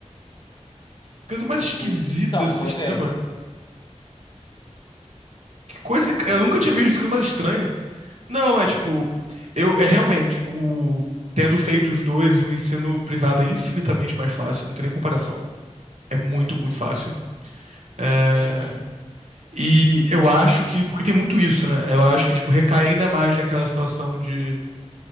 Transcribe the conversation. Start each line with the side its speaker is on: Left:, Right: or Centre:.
Right: coisa mais esquisita
Left: Hum. Então,
Right: esse sistema.
Left: pois é.
Right: Que coisa.
Left: É.
Right: Eu nunca tinha visto isso, coisa mais estranha. Não, é tipo. Eu, é realmente. O, tendo feito os dois, o ensino privado é infinitamente mais fácil, não tem nem comparação. É muito, muito fácil. É,
Left: Uhum.
Right: e eu acho que. Porque tem muito isso, né? Eu acho que, tipo, recai ainda mais naquela situação de.